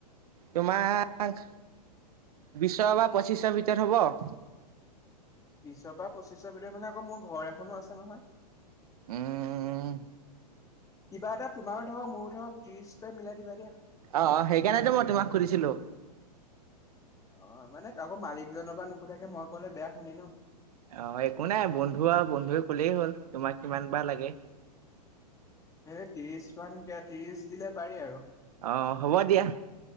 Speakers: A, on the right; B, on the left.
A: তোমাক বিশৰ বা পঁচিছৰ ভিতৰত হ'ব।
B: বিশৰ পৰা পঁচিশৰ ভিতৰত হ'লে আকৌ মোৰ ঘৰ এখনো আছে নহয়।
A: উম'।
B: কিবা এটা তোমাৰো ধৰক মোৰো ধৰক ত্ৰিশ কৈ মিলাই দিবা দিয়া।
A: অ' অ' সেইকাৰণে তো মই তোমাক সুধিছিলোঁ।
B: অ, মানে আকৌ মালিকজনৰ পৰা নোসোধাকে মই ক'লে বেয়া শুনি ন।
A: অ, একো নাই বন্ধু আৰু বন্ধুৱে ক'লেই হ'ল। তোমাক কিমান বা লাগে?
B: সেই ত্ৰিশ মান দিয়া, ত্ৰিশ দিলে পাৰি আৰু।
A: অ, হ'ব দিয়া।